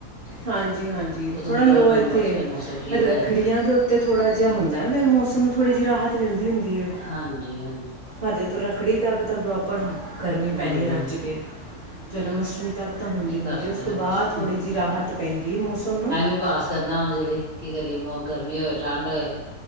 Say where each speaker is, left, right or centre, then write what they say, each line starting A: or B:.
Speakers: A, on the right; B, on the right.
A: ਹਾਂਜੀ-ਹਾਂਜੀ
B: ਅਕਤੂਬਰ
A: ਥੋੜ੍ਹਾ ਲੋਅ
B: ਨਵੰਬਰ
A: ਇੱਥੇ
B: ਚ ਤੇ ਮੌਸਮ ਠੀਕ
A: ਰੱਖੜੀਆਂ
B: ਹੋ ਜਾਂਦਾ
A: ਦੋ ਤੇ ਥੋੜ੍ਹਾ ਜਿਆ ਹੁੰਦੈ ਫਿਰ ਮੌਸਮ ਥੋੜ੍ਹੀ ਜੀ ਰਾਹਤ ਮਿਲਦੀ ਹੁੰਦੀ ਐ।
B: ਹਾਂਜੀ ਹਾਂਜੀ
A: ਹਜੇ ਤੋਂ ਰੱਖੜੀ ਤਕ ਤਾਂ ਪ੍ਰੋਪਰ ਗਰਮੀ
B: ਹਮ
A: ਪੈਣੀ ਆ ਰੱਜ ਕੇ ਜਨਮ ਅਸ਼ਟਮੀ ਕਤ ਤਾਂ ਹੁੰਦੀ-ਹੁੰਦੀ
B: ਕੀ ਕਰ
A: ਉਸ
B: ਸਕਦੇ
A: ਤੋਂ ਬਾਦ
B: ਬਸ
A: ਥੋੜ੍ਹੀ ਜੀ ਰਾਹਤ ਪੈਂਦੀ ਆਓ ਮੌਸਮ ਨੂੰ।
B: ਲਿਬਾਸ ਕਰਨਾ ਉਦੇ ਲਈ, ਕੀ ਕਰੀਏ ਗਰਮੀ ਹੋਏ ਠੰਡ ਹੋਏ